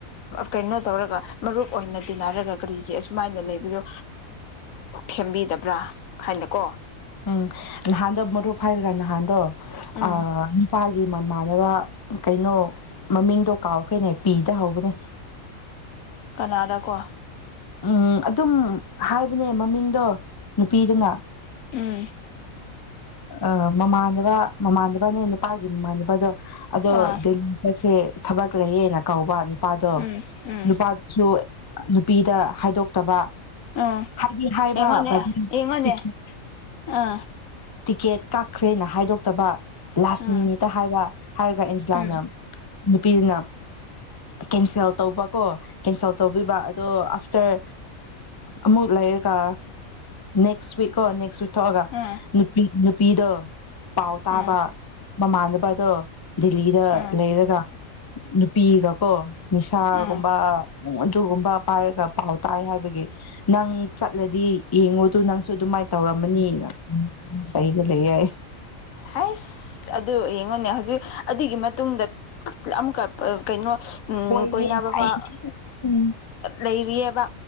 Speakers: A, on the left; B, on the left.
A: ꯀꯩꯅꯣ ꯇꯧꯔꯒ ꯃꯔꯨꯞ ꯑꯣꯏꯅ ꯇꯤꯟꯅꯔꯒ ꯀꯔꯤꯒꯤ ꯑꯁꯨꯃꯥꯏꯅ ꯂꯩꯕꯗꯣ ꯊꯦꯝꯕꯤꯗꯕ꯭ꯔꯥ ꯍꯥꯏꯅꯀꯣ
B: ꯎꯝ ꯅꯍꯥꯟꯗꯣ ꯃꯔꯨꯞ ꯍꯥꯏꯈ꯭ꯔꯥ ꯅꯍꯥꯟꯗꯣ
A: ꯎꯝ
B: ꯑꯄꯒꯤ ꯃꯃꯥꯟꯅꯕ ꯀꯩꯅꯣ ꯃꯃꯤꯡꯗꯣ ꯀꯥꯎꯈ꯭ꯔꯦꯅꯦ ꯄꯤꯗꯍꯧꯕꯅꯦ
A: ꯀꯅꯥꯗ ꯀꯣ
B: ꯎꯝ ꯑꯗꯨꯝ ꯍꯥꯏꯕꯅꯦ ꯃꯃꯤꯡꯗꯣ ꯅꯨꯄꯤꯗꯨꯉ
A: ꯎꯝ
B: ꯑ ꯃꯃꯥꯟꯅꯕ ꯃꯃꯥꯟꯅꯕꯅꯦ ꯅꯨꯄꯥꯒꯤ ꯃꯃꯥꯟꯅꯕꯗꯣ ꯑꯗꯣ
A: ꯑꯥ
B: ꯁꯦ ꯊꯕꯛ ꯂꯩꯌꯦꯅ ꯀꯧꯕ ꯅꯨꯄꯥꯗꯣ
A: ꯎꯝ ꯎꯝ
B: ꯅꯨꯄꯥꯗꯨꯁꯨ ꯅꯨꯄꯤꯗ ꯍꯥꯏꯗꯣꯛꯇꯕ
A: ꯎꯝ
B: ꯍꯥꯏꯗꯤ ꯍꯥꯏꯕ
A: ꯌꯦꯉꯣꯟꯅꯦ
B: ꯕꯠ
A: ꯌꯦꯉꯣꯟꯅꯦ
B: ꯇꯤꯀꯤ
A: ꯑꯥ
B: ꯇꯤꯀꯦꯠ ꯀꯛꯈ꯭ꯔꯦꯅ ꯍꯥꯏꯗꯣꯛꯇꯕ ꯂꯥꯁ
A: ꯎꯝ
B: ꯃꯤꯅꯤꯠꯇ ꯍꯥꯏꯕ ꯍꯥꯏꯔꯒ ꯑꯦꯟꯖꯤꯂꯥꯅ
A: ꯎꯝ
B: ꯅꯨꯄꯤꯗꯨꯅ ꯀꯦꯟꯁꯦꯜ ꯇꯧꯕꯀꯣ ꯀꯦꯟꯁꯦꯜ ꯇꯧꯕꯤꯕ ꯑꯗꯣ ꯑꯥꯐꯇꯔ ꯑꯃꯨꯛ ꯂꯩꯔꯒ ꯅꯦꯛꯁ ꯋꯤꯛꯀꯣ ꯅꯦꯛꯁ ꯋꯤꯛ ꯊꯣꯛꯑꯒ
A: ꯎꯝ
B: ꯅꯨꯄꯤꯗ ꯄꯥꯎ ꯇꯥꯕ
A: ꯎꯝ
B: ꯃꯃꯥꯟꯗ ꯄꯥꯗꯣ ꯦꯜꯂꯤꯗ
A: ꯎꯝ
B: ꯂꯩꯔꯒ ꯅꯨꯄꯤꯒ ꯀꯣ ꯅꯤꯁꯥꯒꯨꯝꯕ
A: ꯎꯝ
B: ꯎ ꯑꯗꯨꯒꯨꯝꯕ ꯄꯥꯏꯔꯒ ꯄꯥꯎ ꯇꯥꯏ ꯍꯥꯏꯕꯒꯤ ꯅꯪ ꯆꯠꯂꯗꯤ ꯌꯦꯡꯉꯨꯗꯨ ꯅꯪꯁꯨ ꯑꯗꯨꯃꯥꯏꯅ ꯇꯧꯔꯝꯃꯅꯤꯅ ꯁꯩꯒ ꯂꯩ ꯏ ꯌꯥ
A: ꯍꯩꯁ ꯑꯗꯨ ꯌꯦꯡꯉꯣꯅꯦ ꯍꯧꯖꯤꯛ ꯑꯗꯨꯒꯤ ꯃꯇꯨꯡꯗ ꯑꯃꯨꯛꯀ ꯀꯩꯅꯣ ꯎꯝ
B: ꯀꯣꯏꯒꯦꯅ
A: ꯀꯣꯏꯅꯥ ꯕꯕꯥ
B: ꯍꯥꯏꯅꯦ ꯎꯝ
A: ꯂꯩꯔꯤꯑ ꯋꯥ